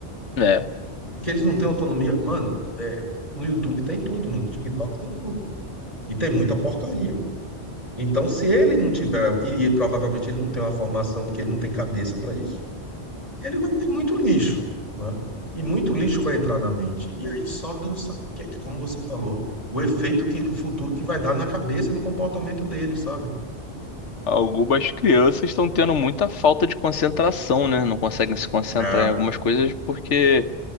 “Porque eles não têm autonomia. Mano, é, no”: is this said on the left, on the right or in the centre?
Left